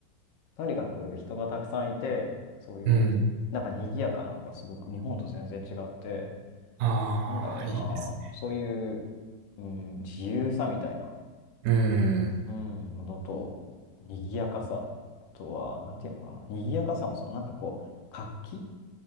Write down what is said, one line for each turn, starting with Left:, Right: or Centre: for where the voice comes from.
Left: とにかく人がたくさんいて、そういう、
Right: うん。
Left: なんか賑やかなのがすごく日本と全然違って、
Right: ああ、
Left: なんだろうな、
Right: いいですね。
Left: そういう、うん、自由さみたいな、
Right: うん。
Left: うん、ものと、賑やかさ、あとは、なんていうのかな、賑やかさもその、なんかこう、活気